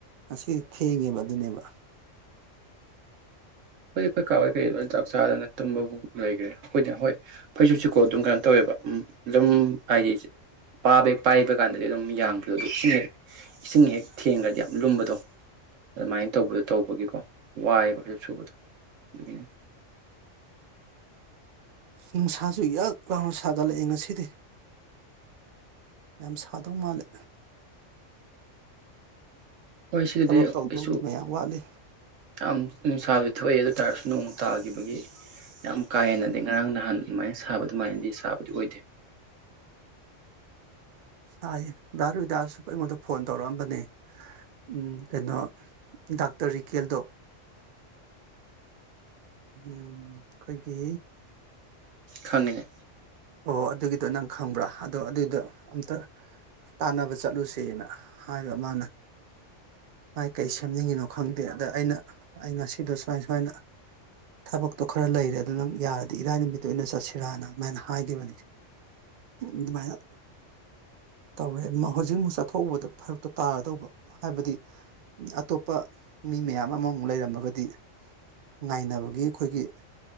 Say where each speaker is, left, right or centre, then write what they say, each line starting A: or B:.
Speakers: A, on the right; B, on the right.
A: ꯉꯁꯤꯗꯤ ꯊꯦꯡꯉꯦꯕ ꯑꯗꯨꯅꯦꯕ
B: ꯍꯣꯏ ꯑꯩꯈꯣꯏ ꯀꯥ ꯍꯣꯏ ꯀꯩ ꯍꯣꯢ ꯂꯣꯢ ꯆꯥꯛ ꯆꯥꯗ ꯅ ꯇꯨꯝꯕꯕꯨ ꯂꯩꯒ꯭ꯔꯦ ꯑꯩꯈꯣꯏꯗ ꯍꯣꯏ ꯐꯩꯖꯨꯞ ꯁꯤꯀꯣ ꯑꯗꯨꯝ ꯀꯩꯅꯣ ꯇꯧꯋꯦꯕ ꯎ ꯑꯗꯨꯝ ꯍꯥꯏꯗꯤ ꯄꯥꯕꯦꯛ ꯄꯥꯏꯕ ꯀꯥꯟꯗꯗꯤ ꯑꯗꯨꯝ ꯌꯥꯡꯕꯤ ꯏꯆꯦ ꯏꯁꯤꯡ ꯍꯦꯛ ꯊꯦꯡꯒ꯭ꯔꯗꯤ ꯌꯥꯝ ꯂꯨꯝꯕꯗꯣ ꯑꯗꯨꯃꯥꯏꯅ ꯇꯧꯕꯗꯣ ꯇꯧꯕꯒꯤꯀꯣ ꯋꯥꯏꯑꯦꯕ ꯍꯧꯖꯤꯛ ꯁꯨꯕꯗꯣ ꯑꯗꯨꯒꯤꯅꯤ
A: ꯅꯨꯡꯁꯥꯁꯨ ꯌꯛ ꯂꯥꯎꯅ ꯁꯥꯒꯠꯂꯛꯏ ꯉꯁꯤꯗꯤ ꯌꯥꯝ ꯁꯥꯗꯧ ꯃꯥꯜꯂꯦ
B: ꯍꯣꯏ ꯁꯤꯗꯗꯤ
A: ꯊꯕꯛ ꯇꯧꯗꯧꯗꯤ
B: ꯀꯩꯁꯨ
A: ꯃꯌꯥꯝ ꯋꯥꯠꯂꯤ
B: ꯌꯥꯝ ꯅꯨꯡꯁꯥꯕꯨꯗꯤ ꯊꯣꯛꯏ ꯑꯗꯨ ꯑꯣꯏ ꯇꯥꯔꯁꯨ ꯅꯣꯡ ꯇꯥꯒꯤꯕꯒꯤ ꯌꯥꯝ ꯀꯥ ꯍꯦꯟꯅꯗꯤ ꯉꯔꯥꯡ ꯅꯍꯥꯟ ꯑꯗꯨꯃꯥꯏꯅ ꯁꯥꯕ ꯑꯗꯨꯃꯥꯏꯅꯗꯤ ꯁꯥꯕꯗꯤ ꯑꯣꯏꯗꯦ
A: ꯁꯥꯏꯌꯦ ꯗꯥ ꯔꯨꯍꯤꯗꯥꯁꯨ ꯑꯩꯉꯣꯟꯗ ꯐꯣꯟ ꯇꯧꯔꯛꯑꯝꯕꯅꯦ ꯎꯝ ꯀꯩꯅꯣ ꯗꯥꯛꯇꯔ ꯔꯤꯀꯦꯜꯗꯣ ꯎꯝ ꯑꯩꯈꯣꯏꯒꯤ
B: ꯈꯪꯉꯦ
A: ꯑꯣ ꯑꯗꯨꯒꯤꯗꯣ ꯅꯪ ꯈꯪꯕ꯭ꯔꯥ ꯑꯗꯣ ꯑꯗꯨꯏꯗꯣ ꯑꯝꯇ ꯇꯥꯟꯅꯕ ꯆꯠꯂꯨꯁꯦꯅ ꯍꯥꯏꯕ ꯃꯥꯅ ꯃꯥꯏ ꯀꯩ ꯁꯦꯝꯅꯤꯡꯉꯤꯅꯣ ꯈꯪꯗꯦ ꯑꯗ ꯑꯩꯅ ꯑꯩ ꯉꯁꯤꯗꯣ ꯁꯨꯃꯥꯏ ꯁꯨꯃꯥꯏꯅ ꯊꯕꯛꯇꯣ ꯈꯔ ꯂꯩꯔꯦ ꯑꯗꯣ ꯅꯪ ꯌꯥꯔꯗꯤ ꯏꯔꯥꯏ ꯅꯨꯃꯤꯠ ꯇ ꯑꯣꯏꯅ ꯆꯠꯁꯤꯔꯥꯅ ꯑꯗꯨꯃꯥꯏꯅ ꯍꯥꯏꯈꯤꯕꯅꯤ ꯑꯗꯨꯃꯥꯏꯅ ꯇꯧꯔꯦ ꯍꯧꯖꯤꯛ ꯑꯃꯨꯛ ꯆꯠꯊꯣꯛꯎꯧꯕꯗ ꯐꯔꯛꯇꯣ ꯇꯥꯔꯗꯧꯕ ꯍꯥꯏꯕꯗꯤ ꯑꯇꯣꯞꯄ ꯃꯤ ꯃꯌꯥꯝ ꯑꯃꯃꯨꯛ ꯂꯩꯔꯝꯃꯒꯗꯤ ꯉꯥꯏꯅꯕꯒꯤ ꯑꯩꯈꯣꯏꯒꯤ